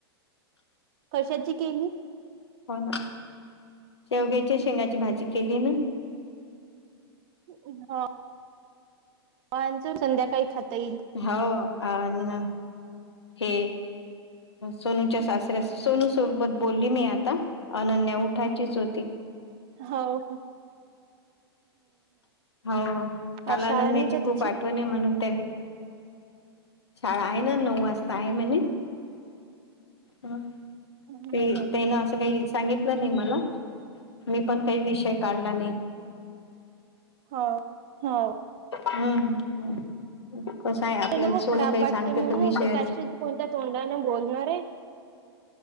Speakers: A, on the right; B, on the left.
A: कशाची केणी
B: हो ना शेवग्याच्या शेंगाची भाजी केली ना
A: हो मचून संध्याकाळी खाता येईल
B: हो अ हे सोनू च्या सासऱ्या सोनू सोबत बोलली मी आता अनन्या उठायचीच होती
A: हो का
B: हो कालानंदण्याची
A: आज शाळा नाही का
B: खूप
A: तिची?
B: वाट म्हणून त्यांनी शाळा आहे ना नऊ वाजता आहे म्ह हा
A: हम्म,
B: ते
A: हम्म.
B: तेन असं काही सांगितलं नाही मला मी पण काही विषय काढला नाही
A: हा हो
B: हम्म कसं आहे आपल्याला
A: ते ना मग
B: सोनू
A: खराब
B: काही
A: वाटते
B: सांगते
A: म्हणून
B: त विषय
A: ते काशी कोणत्या तोंडाने बोलणार आहे?